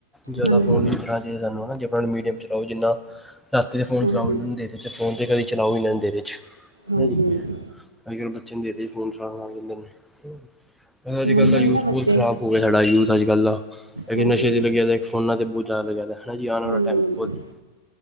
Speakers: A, in the centre; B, on the right.
A: ਜ਼ਿਆਦਾ
B: ਹਾਂਜੀ
A: ਫੋਨ ਨਹੀ ਚਲਾਣਾ ਚਾਹੀਦਾ ਸਾਨੂੰ ਹਨਾ ਮੀਡੀਅਮ ਚਲਾਓ ਜਿੰਨਾ ਰਾਤੀ ਤੇ ਫੋਨ
B: ਹਾਂਜੀ
A: ਚਲਾਓ ਹੀ ਨਾ ਹਦੇਰੇ ਚ ਫੋਨ ਤੇ ਕਦੇ ਚਲਾਓ ਹੀ ਨਾ ਹੰਦੇਰੇ ਚ।
B: ਹਾਂਜੀ
A: ਅਜ
B: ਹਾਂਜੀ
A: ਕਲ ਬੱਚੇ ਅੰਧੇਰੇ ਚ ਫੋਨ ਚਲਾਨ ਲੱਗ ਜਾਂਦੇ ਨੇ। ਅੱਜ
B: ਮੰਨਦੇ
A: ਕੱਲ੍ਹ ਦਾ ਯੂਥ
B: ਨਹੀਂ ਨਾ ਬੱਚੇ
A: ਬਹੁਤ ਖਰਾਬ ਹੋ ਗਿਆ ਸਾਡਾ ਯੂਥ ਅੱਜ ਕੱਲ ਦਾ
B: ਹਾਂਜੀ
A: ਨਸ਼ੇ
B: ਹਾਂਜੀ
A: ਚ ਲੱਗਿਆ ਫੋਨਾ ਤੇ ਬਹੁਤ ਜ਼ਿਆ ਲਗਿਆ ਦਾ ਹੈ ਨਾ ਜੀ ਆਉਣ ਵਾਲ
B: ਹਾਂਜੀ
A: ਟਾਈਮ
B: ਹਾਂਜੀ ਹਾਂਜੀ
A: ਬਹੁਤ ਹੀ